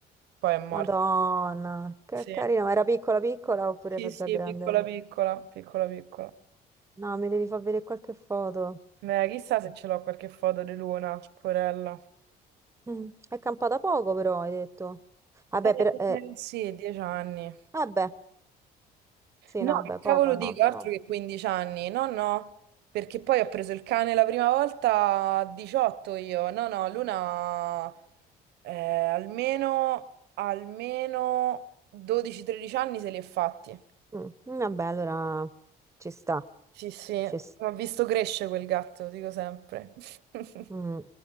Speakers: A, on the right (about 80°); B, on the right (about 15°).
A: Poi è morto.
B: Madonna, che
A: Sì.
B: carina. Ma era piccola piccola oppure
A: Sì,
B: era
A: sì,
B: già grande?
A: piccola piccola, piccola piccola.
B: No, mi devi far vedere qualche foto.
A: Ma chissà se ce l'ho qualche foto di Luna, porella.
B: Mm. È campata poco però, hai detto. Vabbè,
A: Eh,
B: per, eh,
A: sì, 10 anni.
B: vabbè, sì,
A: No,
B: no,
A: che
B: vabbè,
A: cavolo
B: poco no,
A: dico,
B: però.
A: altro che 15 anni. No, no, perché poi ho preso il cane la prima volta a 18 io. No, no, Luna eh, almeno, almeno 12-13 anni se li è fatti.
B: Mm. Vabbè, allora ci sta,
A: Sì, sì,
B: ci sta.
A: ho visto cresce quel gatto, dico sempre. <laughs>
B: Mm.